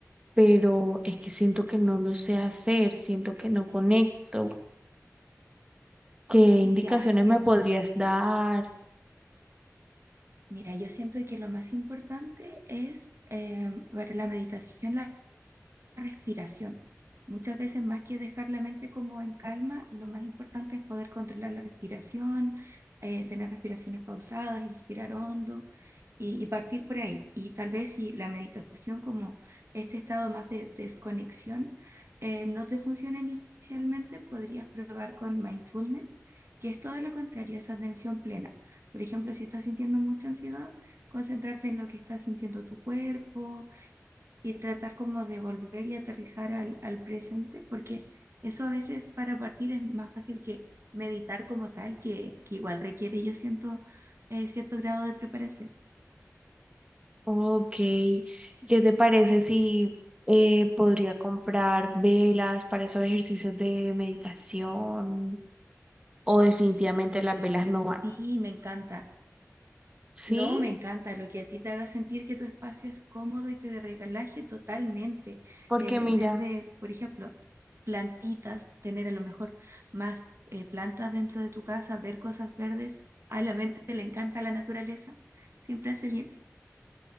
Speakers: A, on the right (about 20°); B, on the right (about 55°).
A: pero es que siento que no lo sé hacer, siento que no conecto. ¿Qué indicaciones
B: Ya entiendo.
A: me podrías dar?
B: Mira, yo siento que lo más importante es eh, para la meditación, la respiración. Muchas veces más que dejar la mente como en calma, lo más importante es poder controlar la respiración, eh, tener respiraciones pausadas, inspirar hondo y, y partir por ahí. Y tal vez si la meditación como este estado más de desconexión eh, no te funciona inicialmente, podrías probar con mindfulness, que es todo lo contrario, esa atención plena. Por ejemplo, si estás sintiendo mucha ansiedad, concentrarte en lo que está sintiendo tu cuerpo y tratar como de volver y aterrizar al, al presente, porque eso a veces para partir es más fácil que meditar como tal, que, que igual requiere, yo siento, eh, cierto grado de preparación.
A: Ok, ¿qué te parece si eh, podría comprar velas para esos ejercicios de meditación? ¿O definitivamente las velas no van?
B: Sí, me encanta.
A: ¿Sí?
B: No, me encanta lo que a ti te haga sentir que tu espacio es cómodo y te regalaje totalmente.
A: Porque
B: Eh,
A: mira,
B: desde, por ejemplo, plantitas, tener a lo mejor más eh, plantas dentro de tu casa, ver cosas verdes. A la mente le encanta la naturaleza, siempre hace bien.